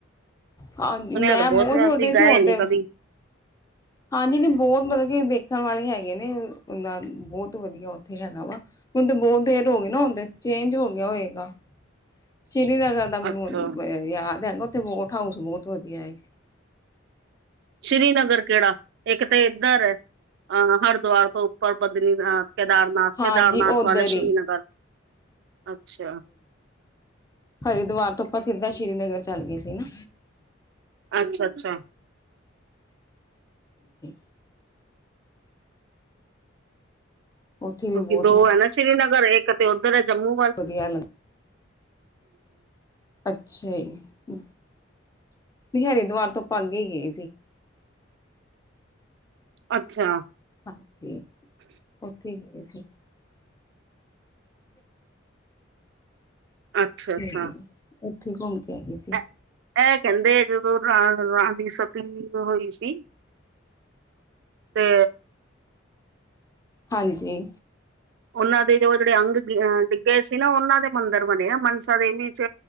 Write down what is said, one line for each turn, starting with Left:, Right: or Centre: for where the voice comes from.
Left: ਹਾਂਜੀ
Right: ਸੁਣਿਆ
Left: ਮੈਂ
Right: ਤਾਂ ਬਹੁਤ ਯਾਰ
Left: ਛੋਟੀ
Right: ਸੀ ਗਏ
Left: ਹੁਣ
Right: ਨੀ
Left: ਤੇ
Right: ਕਦੀ।
Left: ਹਾਂਜੀ ਨਹੀਂ ਬਹੁਤ ਮਤਲਬ ਕਿ ਵੇਖਣ ਵਾਲੇ ਹੈਗੇ ਨੇ ਉਹਨਾ ਦੇ ਬਹੁਤ ਵਧੀਆ ਉੱਥੇ ਹੈਗਾ ਵਾ। ਹੁਣ ਤਾਂ ਬਹੁਤ ਦੇਟ ਹੋ ਗਏ ਨਾ ਹੁਣ ਚੇਂਜ ਹੋ ਗਿਆ ਹੋਏਗਾ, ਸ੍ਰੀਨਗਰ ਦਾ ਮੈਨੂੰ
Right: ਅੱਛਾ
Left: ਹੁਣ ਅ ਯਾਦ ਹੈਗਾ ਉੱਥੇ ਬੋਟ ਹਾਊਸ ਬਹੁਤ ਵਧੀਆ ਏ।
Right: ਸ਼੍ਰੀਨਗਰ ਕਿਹੜਾ ਇੱਕ ਤੇ ਇੱਧਰ ਹੈ ਅਹ ਹਰਿਦੁਆਰ ਤੋਂ ਪਰ ਬਦਰੀਨਾਥ, ਕੇਦਾਰਨਾਥ-
Left: ਹਾਂਜੀ
Right: ਕੇਦਾਰਨਾਥ
Left: ਉੱਧਰ
Right: ਵਾਲਾ
Left: ਹੀ
Right: ਸ਼੍ਰੀਨਗਰ, ਅੱਛਾ।
Left: ਹਰਿਦਵਾਰ ਤੋਂ ਆਪਾਂ ਸਿੱਧਾ ਸ਼੍ਰੀਨਗਰ ਚੱਲ ਗਏ ਸੀ ਨਾ।
Right: ਅੱਛਾ, ਅੱਛਾ।
Left: ਜੀ। ਉੱਥੇ ਵੀ
Right: ਕਿਉਂਕਿ
Left: ਬਹੁਤ
Right: ਦੋ ਹੈ ਨਾ ਸ਼੍ਰੀਨਗਰ, ਇੱਕ ਤੇ ਓਧਰ ਹੈ ਜੰਮੂ ਵੱਲ
Left: ਵਧੀਆ ਲੱਗ ਅੱਛਾ ਜੀ, ਨਹੀ ਹਰਿਦੁਵਾਰ ਤੋਂ ਆਪਾਂ ਅੱਗੇ ਹੀ ਗਏ ਸੀ।
Right: ਅੱਛਾ।
Left: ਹਾਂਜੀ, ਉੱਥੇ ਹੀ ਗਏ ਸੀ।
Right: ਅੱਛਾ
Left: ਤੇ
Right: ਅੱਛਾ
Left: ਉੱਥੇ ਹੀ ਘੁੰਮ ਕੇ ਆ ਗਏ ਸੀ।
Right: ਇਹ ਇਹ ਕਹਿੰਦੇ, ਜਦੋਂ ਰਾ ਰਾਣੀ ਦੀ ਸਤੀ ਹੋਈ ਸੀ ਤੇ,
Left: ਹਾਂਜੀ।
Right: ਉਹਨਾਂ ਦੇ ਜੋ ਜਿਹੜੇ ਅੰਗ ਡਿੱਗੇ ਸੀ ਨਾ, ਉਹਨਾਂ ਦੇ ਮੰਦਿਰ ਬਣੇ ਆ ਮਨਸਾ ਦੇਵੀ ਚ